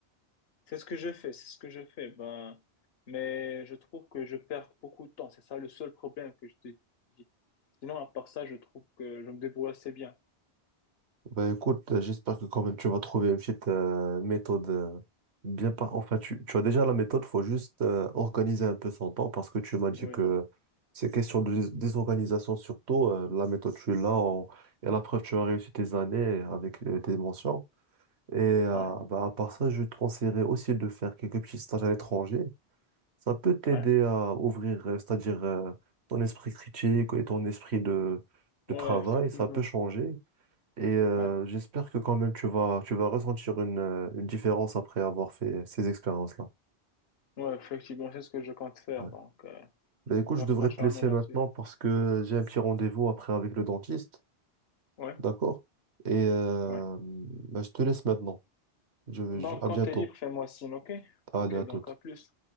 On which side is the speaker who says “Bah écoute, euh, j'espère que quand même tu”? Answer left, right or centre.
Right